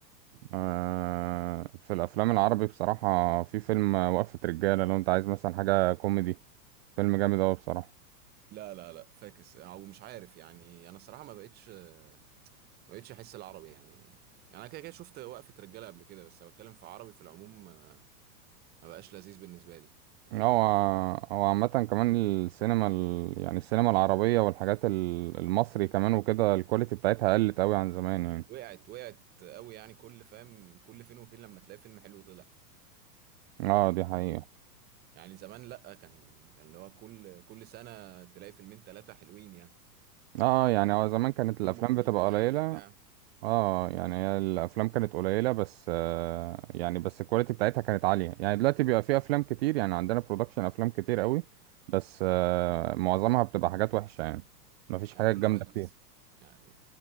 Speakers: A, on the right; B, on the right.
A: آه في الافلام العربي بصراحه في فيلم وقفه رجاله لو انت عايز مثلا حاجه كوميدي فيلم جامد اوي بصراحه
B: لا لا لا فاكس او مش عارف يعني انا الصراحه ما بقتش ما بقتش احس العربي يعني يعني انا كده كده شفت وقفه رجاله قبل كده بس بتكلم في عربي في العموم ما ما بقاش لذيذ بالنسبه لي يعني
A: هو هو عامه كمان السينما ال... يعني السينما العربيه والحاجات ال- المصري كمان وكده الكواليتي بتاعتها قلت اوي عن زمان يعني
B: وقعت وقعت قوي يعني كل فاهم كل فين وفين لما تلاقي فيلم حلو طلع
A: اه دي حقيقه
B: يعني زمان لأ كان كان اللي هو كل كل سنة تلاقي فيلمين تلاتة حلوين يعني
A: اه يعني هو زمان كانت الافلام
B: كلهم مخرجين
A: بتبقى
B: تقال
A: قليله
B: وبتاع
A: اه يعني هي الافلام كانت قليله بس آه يعني بس الكواليتي بتاعتها كانت عاليه يعني دلوقتي بيبقى في افلام كتير يعني عندنا برودكشن افلام كتير قوي بس آه معظمها بتبقى حاجات وحشه يعني مفيش
B: يعني
A: حاجات
B: كله
A: جامده
B: هلس
A: كتير
B: يعني